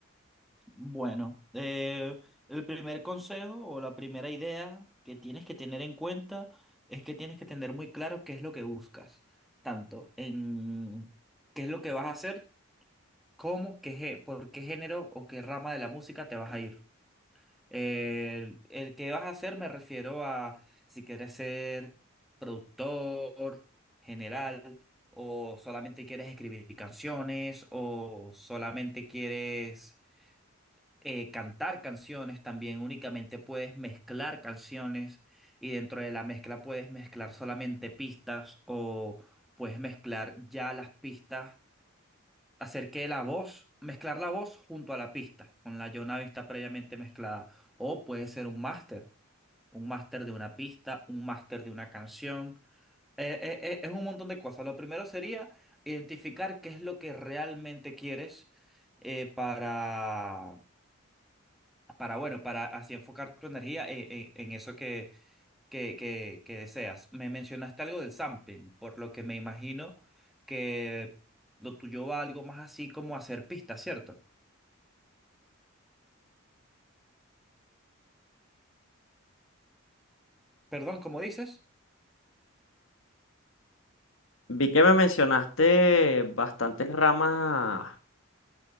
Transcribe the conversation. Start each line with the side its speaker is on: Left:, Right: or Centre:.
Centre: bueno, eh, el primer consejo o la primera idea que tienes que tener en cuenta es que tienes que tener muy claro qué es lo que buscas, tanto en qué es lo que vas a hacer como qué, gé- por qué género o qué rama de la música te vas a ir. El, el que vas a hacer me refiero a si quieres ser productor general o solamente quieres escribir canciones o solamente quieres eh, cantar canciones, también únicamente puedes mezclar canciones y dentro de la mezcla puedes mezclar solamente pistas o puedes mezclar ya las pistas hacer que la voz, mezclar la voz junto a la pista, con la ya una pista previamente mezclada. O puede ser un máster, un máster de una pista, un máster de una canción. Eh, eh, eh, es un montón de cosas. Lo primero sería identificar qué es lo que realmente quieres eh, para, para, bueno, para así enfocar tu energía eh, eh, en eso que, que, que deseas. Me mencionaste algo del sampling, por lo que me imagino que lo tuyo va algo más así como hacer pistas, ¿cierto? Perdón, ¿cómo dices?
Left: Vi que me mencionaste bastantes ramas